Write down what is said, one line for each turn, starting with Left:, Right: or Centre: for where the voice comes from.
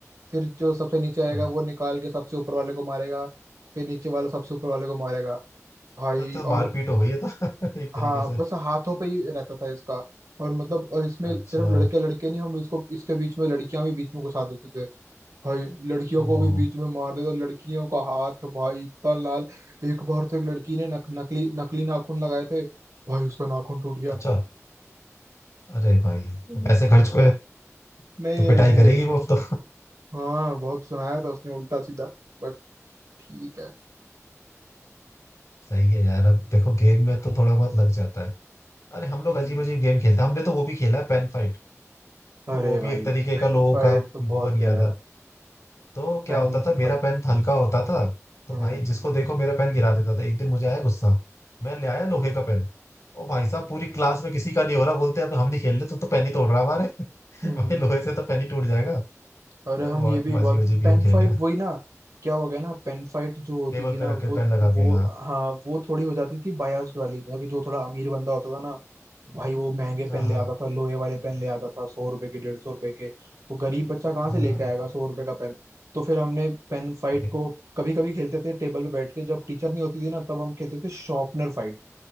Right: फिर जो सबसे नीचे
Left: अच्छा
Right: आएगा वो निकाल के सबसे ऊपर वाले को मारेगा फिर नीचे वाला सबसे ऊपर वाले को मारेगा भाई
Left: मतलब तो
Right: और
Left: मारपीट हो गई है तो <laughs> एक
Right: हाँ
Left: तरीके से
Right: बस हाथों पे ही रहता था इसका और मतलब और इसमें
Left: अच्छा
Right: सिर्फ लड़के लड़के नहीं हम इसको इसके बीच में लड़कियां भी बीच में घुसा देते थे भाई लड़कियों
Left: ओहो
Right: को भी बीच में मार दे तो लड़कियों का हाथ भाई इतना लाल एक बार तो एक लड़की ने नक, नकली नकली नाखून लगाए थे भाई उसका नाखून टूट गया
Left: अच्छा अरे भाई
Right: हम्म।
Left: पैसे खर्च हुए
Right: नहीं
Left: तो पिटाई
Right: नहीं नहीं,
Left: करेगी वो अब तो
Right: हाँ बहुत सुनाया था उसने उल्टा सीधा बट ठीक है
Left: सही है यार अब देखो गेम में तो थोड़ा बहुत लग जाता है अरे हम लोग
Right: हम्म।
Left: अजीब अजीब गेम खेलते हैं हमने तो वो भी खेला है पेन फाइट
Right: अरे
Left: <laughs> वो
Right: भाई
Left: भी एक तरीके
Right: पेन
Left: का लोगों
Right: फाइट
Left: का
Right: तो बहुत
Left: वो बन
Right: खेला
Left: गया था
Right: है
Left: तो
Right: Pen
Left: क्या होता था मेरा
Right: fight
Left: पेन हल्का होता था तो
Right: हम्म
Left: भाई जिसको देखो मेरा पेन गिरा देता था एक दिन मुझे आया गुस्सा मैं ले आया लोहे का पेन ओ भाई साहब पूरी क्लास में किसी का नहीं हो रहा बोलते अब हम नहीं खेल रहे तू तो पेन ही तोड़ रहा है हमारे
Right: हम्म
Left: <laughs> भाई लोहे से तो पेन ही टूट जाएगा अरे
Right: अरे हम
Left: बहुत
Right: ये भी बात
Left: अजीब अजीब गेम
Right: पेन
Left: खेले
Right: फाइट
Left: हैं
Right: वही ना क्या हो गया ना पेन फाइट जो होती
Left: टेबल
Right: थी ना
Left: पे
Right: वो
Left: रख के पेन लगा
Right: वो
Left: के हाँ
Right: हाँ वो थोड़ी हो जाती थी बायास्ड वाली मतलब कि जो थोड़ा अमीर बंदा होता था ना भाई वो महंगे पेन
Left: हाँ
Right: ले
Left: हाँ
Right: आता था लोहे वाले पेन ले आता था सौ रुपए के डेढ़ सौ रुपए के वो गरीब बच्चा कहाँ
Left: हाँ
Right: से
Left: हाँ,
Right: लेके
Left: हाँ।
Right: आएगा सौ रुपए का पेन तो फिर हमने पेन फाइट
Left: ये
Right: को कभी कभी खेलते थे टेबल पे बैठ के जब टीचर नहीं होती थी ना तब हम खेलते थे शॉर्पनर फाइट